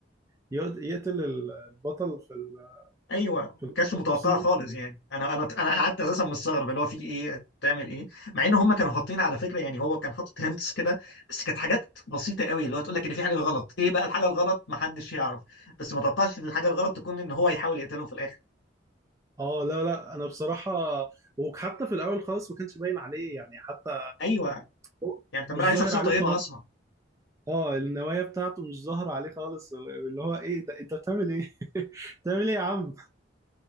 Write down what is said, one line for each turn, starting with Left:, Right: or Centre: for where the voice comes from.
Right: يقت- يقتل ال- البطل في ال-
Left: ايوه
Right: في
Left: ما
Right: القتال
Left: كانش متوقعه
Right: نفسه
Left: خالص يعني انا انا انا قعدت اساسا مستغرب اللي هو في ايه بتعمل ايه مع ان هم كانوا حاطين على فكره يعني هو كان حاطط هنتس كده بس كانت حاجات بسيطه قوي اللي هو تقول لك ان في حاجه غلط ايه بقى الحاجه الغلط ما حدش يعرف بس ما توقعش ان الحاجه الغلط تكون ان هو يحاول يقتلهم في الاخر
Right: اه لا لا انا بصراحة وحتى في الاول خالص ما كانش باين عليه يعني حتى
Left: ايوه
Right: هو
Left: يعني كان
Right: مش
Left: بيلعب عليه
Right: ظاهر
Left: شخصيه
Right: عليه
Left: طيبه
Right: خالص
Left: اصلا
Right: اه النوايا بتاعته مش ظاهرة عليه خالص اللي هو ايه ده انت بتعمل ايه <laughs> بتعمل ايه يا عم